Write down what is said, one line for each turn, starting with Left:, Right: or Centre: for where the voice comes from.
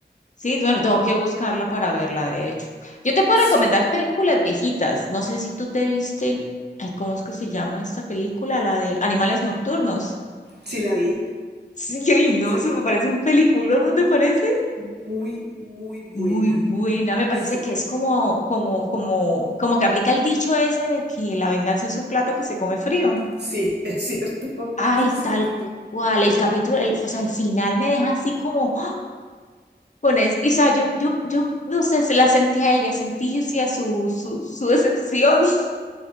Left: Sí, bueno, tengo que buscarla para verla, de hecho. Yo te puedo
Right: Sí,
Left: recomendar películas viejitas. No sé si tú te viste, ay, ¿cómo es que se llama esta película? La de Animales Nocturnos. <laughs>
Right: sí la vi.
Left: Sí, ay, no,
Right: Sí.
Left: eso me parece un peliculón, ¿no te parece?
Right: Muy, muy buena.
Left: Muy buena, me parece
Right: Sí,
Left: que es como, como, como, como que aplica el dicho ese de que la venganza es un plato que se come frío.
Right: sí, es cierto, <laughs>
Left: Ay,
Right: muy cierto.
Left: tal cual, el capítulo, el- o sea, el final me deja así como con eso. Y, o sea, yo, yo, yo, no sé, se la sentí a ella, sentí sí, a su, su, su decepción. <laughs>